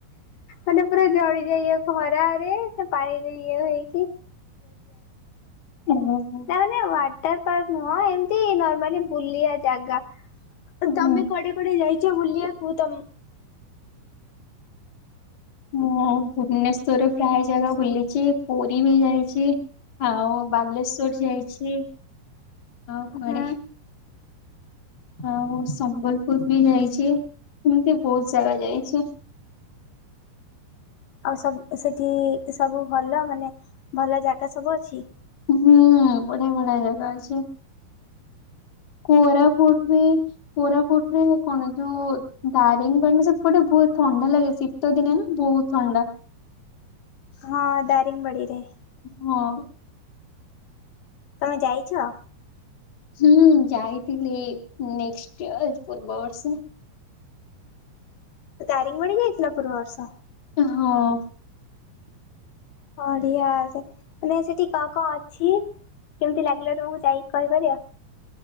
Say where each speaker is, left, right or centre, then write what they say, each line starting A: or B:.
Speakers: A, on the left; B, on the left.
A: ମାନେ ପୁରା ଜଳି ଯାଇ ଇ ଖରାରେ ସେ ପାଣିରେ ଇଏ ହେଇ
B: ଓ ହୋ।
A: ତା ମାନେ ୱାଟର ପାର୍କ ନୁହଁ ଏମିତି ନର୍ମାଲି ବୁଲିବା ଜାଗା ତମେ
B: ହଁ
A: କୁଆଡେ ତମେ କୁଆଡେ ଯାଇଛ ବୁଲିବାକୁ ତମ
B: ମୁଁ ଭୁବନେଶ୍ଵରରେ ପ୍ରାୟ ଜାଗା ବୁଲିଛି ପୁରୀ ବି ଯାଇଛି। ଆଉ ବାଲେଶ୍ଵର ଯାଇଛି ଆଉ କୁଆଡେ?
A: ହୁଁ
B: ଆଉ ସମ୍ବଲପୁର ବି ଯାଇଛି ଏମିତି ବହୁତ ଜାଗା ଯାଇଛି।
A: ଆଉ ସବୁ ସେଠି ସବୁ ଭଲ ମାନେ ଭଲ ଜାଗା ସବୁ ଅଛି?
B: ହୁଁ ବଢିଆ ବଢିଆ ଜାଗା ଅଛି କୋରାପୁଟ ବି କୋରାପୁଟ ରେ କଣ ଯୋଉ ଦାରିଙ୍ଗ ବାଡ଼ି ସେପଟେ ବହୁତ ଥଣ୍ଡା ଲାଗେ ଶୀତ ଦିନେ ନା ବହୁତ ଥଣ୍ଡା।
A: ହଁ ଦାରିଙ୍ଗ ବାଡ଼ିରେ।
B: ହଁ।
A: ତମେ ଯାଇଛ?
B: ହୁଁ ଯାଇଥିଲି ନେକ୍ସଟ୍ ୟଅର ପୂର୍ବ ବର୍ଷ।
A: ଦାରିଙ୍ଗବାଡ଼ି ଯାଇଥିଲ ପୂର୍ବ ବର୍ଷ?
B: ହଁ।
A: ବଢିଆ ସେ ମାନେ ସେଠି କ କଣ ଅଛି କେମିତି ଲାଗିଲା ତମକୁ ଯାଇକି କହିପାରିବ?